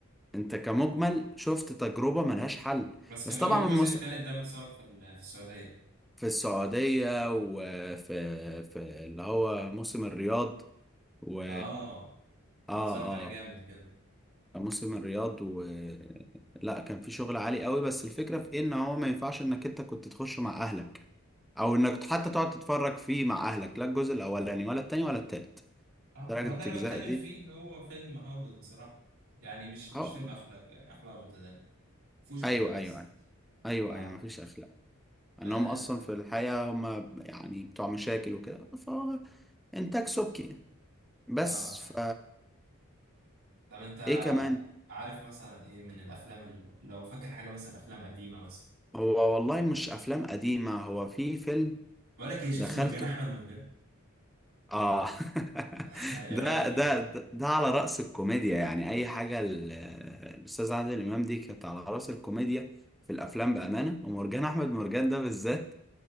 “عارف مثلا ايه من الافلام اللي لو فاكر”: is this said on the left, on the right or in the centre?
Right